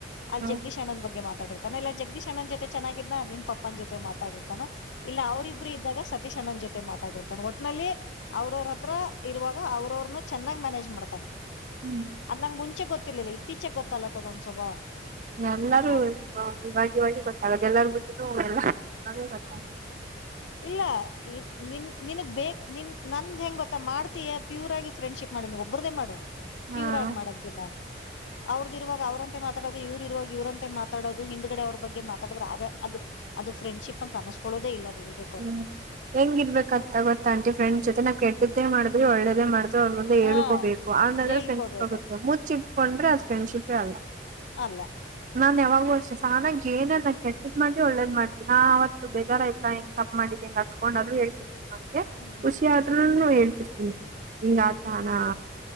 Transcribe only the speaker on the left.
ಅಲ್ಲಿ
ಜಗದೀಶ್ ಅಣಂನ್ ಬಗ್ಗೆ ಮಾತಾಡ ತಾನೆ ಎಲ್ಲಾ ಜಗದೀಶಣ್ಣನ ಜೊತೆ ಚೆನ್ನಾಗಿದನ ನಿಮ್ಮ್ ಪಪ್ಪನ ಜೊತೆ ಮಾತಾಡ್ ಇರ್ತಾನ. ಇಲ್ಲ ಅವರಿಬ್ರು ಇದ್ದಾಗ ಸತೀಶ್ ಅಣ್ಣನ್ ಜೊತೆ ಮಾತ್ ಡಿರ್ತಾನೆ ಒಟ್ನಲ್ಲಿ ಅವ್ರವ್ರ ಹತ್ತಿರ ಇರುವಾಗ ಅವರು ಅವರನ್ನ ಚೆಂದಾಗ್ ಮ್ಯಾನೇಜ್ ಮಾಡ್ತಾನ.
ಅದ ನಂಗ್ ಮುಂಚೆ ಗೊತ್ತಿರ್ಲಿಲ್ಲ ಇತ್ತೀಚೆಗೆ ಗೊತ್ತಲತ್ತದೊಂದ್ ಸ್ವಭಾವ
ನಾನ್
ಇಲ್ಲ ನಿನ್ ನಿನಗ್ ಬೇಕ್ ನಿನ್ ನಂದ್ ಹೆಂಗ್ ಗೊತ್ತಾ ಮಾಡ್ತೀಯಾ ಪ್ಯೂರ್ ಆಗಿ ಫ್ರೆಂಡ್ಶಿಪ್ ಮಾಡು ನೀ ಒಬ್ಬರದ್ದೆ ಮಾಡು
ಪ್ಯೂರ್ ಆಗಿ ಮಾಡು ಅಂತಿನ್ ನಾನು ಅವ್ರದ್ದೂ ಇವಾಗ ಅವ್ರಂತೆ ಮಾತಾಡೋದು ಇವರು ಇರುವಾಗ ಇವ್ರಂತೆ ಮಾತಾಡೋದು ಹಿಂದ್ಗಡೆ ಅವ್ರ ಬಗ್ಗೆ ಮಾತಾಡಿದ್ರ ಆಗ ಅದು. ಅದು ಫ್ರೆಂಡ್ಶಿಪ್ ಅಂತ ಅನಸ್ಕೊಳ್ಳೋದೆ ಇಲ್ಲ ಅದ ಹೇಳಬೇಕ್
ಹಾ
ಹೇಳ್ಕೋಬೇಕು
ಅಲ್ಲ
ಹ್ಮ್.